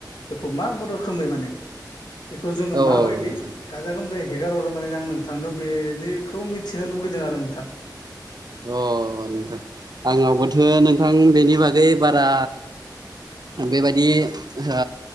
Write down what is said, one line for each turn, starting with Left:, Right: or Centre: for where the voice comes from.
Left: बेखौ मा रोखोमै माने बेखौ जोङो
Right: औ
Left: मा
Right: औ
Left: बायदि
Right: नोंथां
Left: गाजा गोमजा यै हेगार हरो माने आं नोंथांनाव बेनिखौ मिथिनो लुगैदों आरो नोंथां
Right: अ नोंथां आंनावबोथो नोंथां बेनि बागै बारा बेबायदि ओ